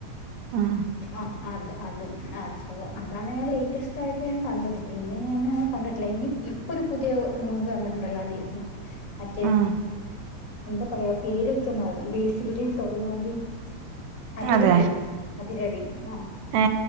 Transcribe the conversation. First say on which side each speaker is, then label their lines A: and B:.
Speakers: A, on the right; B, on the left.
A: ഉം
B: ആഹ് അതെ അതും അപ്പോ അതാണ് ഞാൻ ലേറ്റസ്റ്റ് ആയിട്ട് ഞാൻ കണ്ടത്. പിന്നെ ഞാന് ആഹ് കണ്ടിട്ടില്ല. ഇനി ഇപ്പൊ ഒരു പുതിയ മൂവി വന്നിട്ടുണ്ടല്ലോ അടി മറ്റേ
A: ഉം
B: എന്താ പറയാ പേരൊക്കെ മറന്നു. ബേസിലിന്റയും ടോവിനോന്റെയും അതിരടിയോ
A: അതെ
B: അതിരടി ആ
A: ഏ